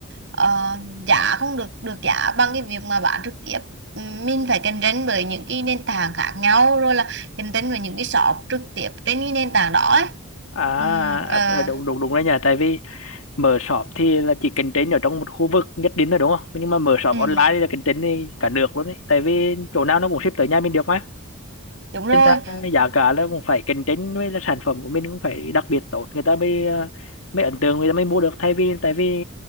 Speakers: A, on the right; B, on the left.
A: ờ, giá không được được giá bằng cái việc mà bán trực tiếp Ừm, mình phải cạnh tranh với những cái nền tảng khác nhau rồi là cạnh tranh với những cái shop trực tiếp trên cái nền tảng đó ấy.
B: à,
A: Ừm,
B: à
A: ờ,
B: à, đúng đúng đúng đấy nhỉ tại vì mở shop thì là chỉ cạnh tranh ở trong một khu vực nhất định là đúng không nhưng mà mở shop
A: ừm,
B: online thì là cạnh tranh đi cả nước luôn đấy tại vì chỗ nào nó cũng ship tới nhà mình được mà
A: đúng rồi
B: nên ra giá cả nó cũng phải cạnh tranh với là sản phẩm của mình cũng phải đặc biệt tốt người ta mới ờ, mới ấn tượng người ta mới mua được thay vì tại vì